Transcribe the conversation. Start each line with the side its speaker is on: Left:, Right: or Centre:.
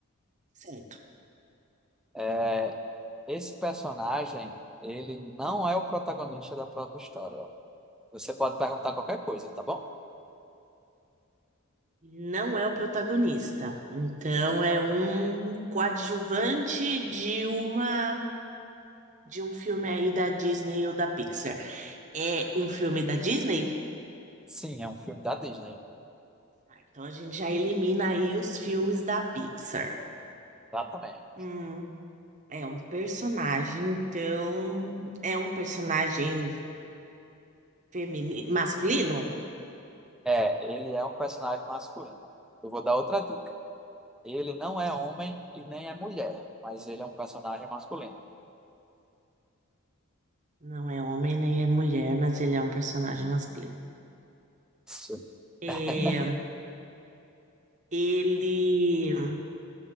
Right: Certo.
Centre: É, esse personagem, ele não é o protagonista da própria história. Você pode perguntar qualquer coisa, tá bom?
Right: Não é o protagonista, então é um coadjuvante de uma de um filme aí da Disney ou da Pixar. É um filme da Disney?
Centre: Sim, é um filme da Disney.
Right: Tá, então a gente já elimina aí os filmes da Pixar.
Centre: Exatamente.
Right: Hum, é um personagem, então é um personagem Feminino, masculino?
Centre: É, ele é um personagem masculino. Eu vou dar outra dica. Ele não é homem e nem é mulher, mas ele é um personagem masculino.
Right: Não é homem nem é mulher, mas ele é um personagem masculino.
Centre: Sim,
Right: É,
Centre: <laughs>
Right: ele